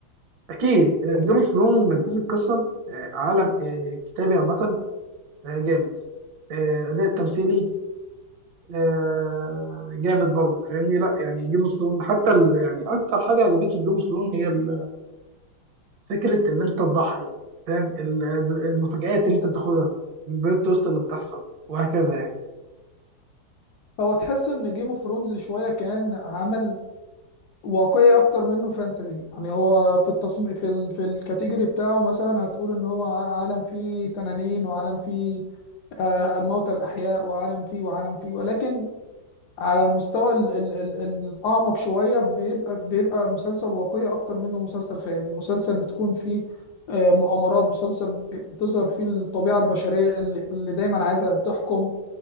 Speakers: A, on the right; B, on the left.
A: اكيد جيم اوف ثرونز من حيث القصه آه، عالم آه، كتابي عامه آه، جامد آه، اداء التمثيلي آه، جامد برضك فاهمني لا يعني جيم اوف ثرونز حتى ال- يعني اكتر حاجه عجبتني في جيم اوف ثرونز هي ال- فكره ان انت تضحي فاهم ال- المفاجآت اللي انت بتاخدها البلوت تويست اللي بتحصل وهكذا يعني
B: هو تحس ان جيم اوف ثرونز شويه كان عمل واقعي اكتر منه فانتزي يعني هو في التصميم في ال... في الكاتيجوري بتاعه مثلا هتقول ان هو ع- عالم فيه تنانين وعالم فيه آه الموتى الاحياء وعالم فيه وعالم فيه ولكن على المستوى ال... ال... ال... الاعمق شويه بيبقى بيبقى مسلسل واقعي اكتر منه مسلسل خيالي مسلسل بتكون فيه آه مؤامرات مسلسل ب- بتظهر فيه الطبيعه البشريه اللي, اللي دايما عايزه تحكم